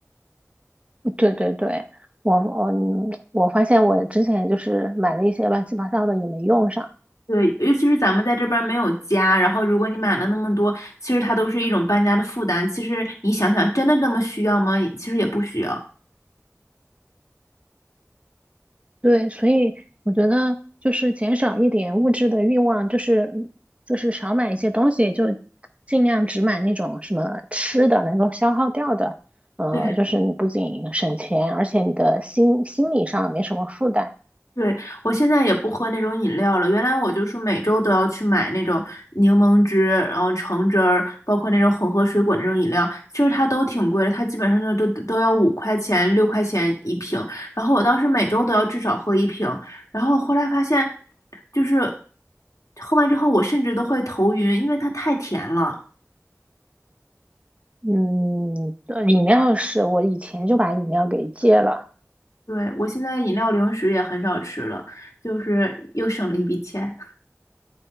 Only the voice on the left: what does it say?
对，尤其是咱们在这边儿没有家，然后如果你买了那么多，其实它都是一种搬家的负担。其实你想想，真的这么需要吗？其实也不需要。
对。
对，我现在也不喝那种饮料了。原来我就是每周都要去买那种柠檬汁，然后橙汁儿，包括那种混合水果那种饮料，其实它都挺贵的，它基本上都都都要五块钱、六块钱一瓶。然后我当时每周都要至少喝一瓶，然后后来发现，就是喝完之后我甚至都会头晕，因为它太甜了。
对，我现在饮料零食也很少吃了，就是又省了一笔钱。